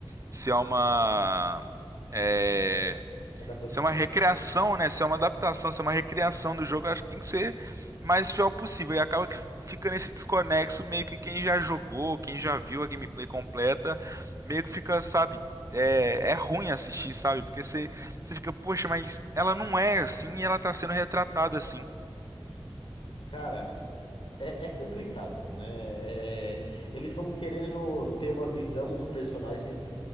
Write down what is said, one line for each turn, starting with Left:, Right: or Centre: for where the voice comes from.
Right: Se é uma. É,
Left: adaptação.
Right: se é uma recriação, né? Se é uma adaptação, se é uma recriação do jogo, eu acho que tem que ser mais fiel possível. E acaba que fi- fica nesse desconexo, meio que quem já jogou, quem já viu a gameplay completa, meio que fica, sabe? É, é ruim assistir, sabe? Porque você, você fica, poxa, mas ela não é assim e ela tá sendo retratada assim.
Left: Cara, é, é complicado, né? É, eles estão querendo ter uma visão dos personagens